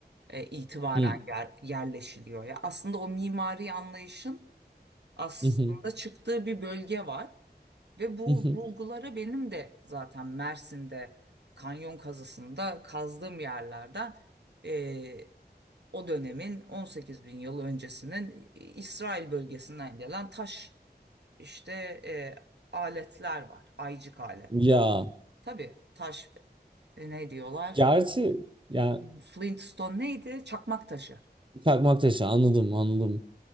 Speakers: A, on the right; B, on the right.
A: e, itibaren
B: mhm,
A: yer- yerleşiliyor. Ya aslında o mimari anlayışın aslında
B: mhm,
A: çıktığı bir bölge var. Ve bu
B: mhm.
A: bulgulara benim de zaten Mersin'de kanyon kazısında kazdığım yerlerden e, o dönemin 18 bin yıl öncesinin İsrail bölgesinden gelen taş işte e, aletler var. Aycık aletler.
B: Ya
A: Tabii taş e, ne diyorlar?
B: gerçi yani
A: Flintstone neydi? Çakmak taşı.
B: çakmak taşı anladım anladım.